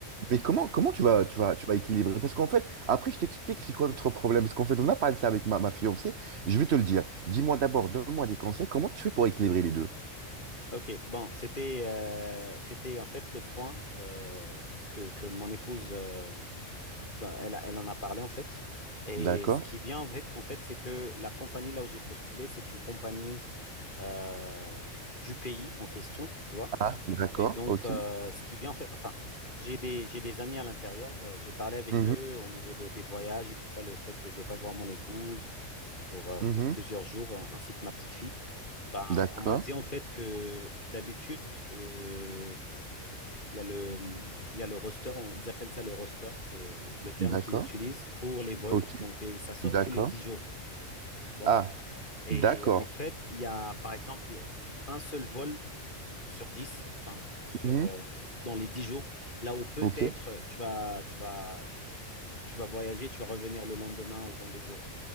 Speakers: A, on the right; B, on the left.
A: Mais comment, comment tu vas, tu vas, tu vas équilibrer? Parce qu'en fait, après, je t'explique c'est quoi notre problème. Parce qu'en fait, on a parlé de ça avec ma, ma fiancée. Je vais te le dire. Dis-moi d'abord, donne-moi des conseils. Comment tu fais pour équilibrer les deux?
B: OK. Bon, c'était euh, c'était en fait le point euh, que, que mon épouse, euh, dans- elle, a- elle en a parlé en fait. Et
A: D'accord.
B: ce qui vient en fait, en fait c'est que la compagnie là où j'ai postulé, c'est une compagnie euh, du pays en question, tu vois.
A: Ah, d'accord.
B: Et donc,
A: OK.
B: euh, ce qui est bien fait, enfin, j'ai des, j'ai des amis à l'intérieur, je- j'ai parlé avec
A: Mhm,
B: eux au niveau de- des voyages et tout ça, le fait que je ne vais pas voir mon épouse pour, euh,
A: mhm.
B: pour plusieurs jours, euh, ainsi que ma petite fille. Bah,
A: D'accord.
B: on m'a dit en fait que d'habitude, euh, il y a le, il y a le roster, on- ils appellent ça le roster, c'est le, le terme
A: D'accord.
B: qu'ils utilisent pour les vols,
A: OK.
B: donc et ça sort
A: D'accord.
B: tous les 10 jours. tu vois.
A: Ah,
B: Et
A: d'accord.
B: en fait, il y a par exemple un seul vol sur 10 enfin, sur,
A: Mhm,
B: euh, dans les 10 jours, là où peut-être
A: OK.
B: euh, tu vas, tu vas, tu, tu vas voyager, tu vas revenir le lendemain ou dans deux jours.